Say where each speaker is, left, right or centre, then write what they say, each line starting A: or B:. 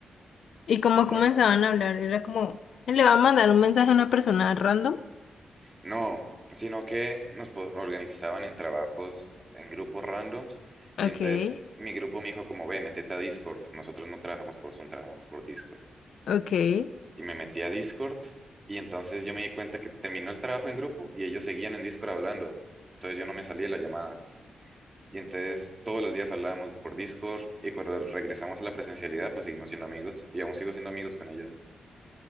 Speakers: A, on the left (about 70°); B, on the right (about 20°).
A: Y como
B: Entonces,
A: comenzaban a hablar, era como, él le va a mandar un mensaje a una persona random.
B: no, sino que nos po- organizaban en trabajos en grupos randoms
A: okay,
B: y entonces mi grupo me dijo como, ve, métete a Discord. Nosotros no trabajamos por Zoom, trabajamos por Discord.
A: okay,
B: y me metí a Discord y entonces yo me di cuenta que terminó el trabajo en grupo y ellos seguían en Discord hablando. Entonces yo no me salí de la llamada. Y entonces todos los días hablábamos por Discord y cuando regresamos a la presencialidad pues seguimos siendo amigos y aún sigo siendo amigos con ellos.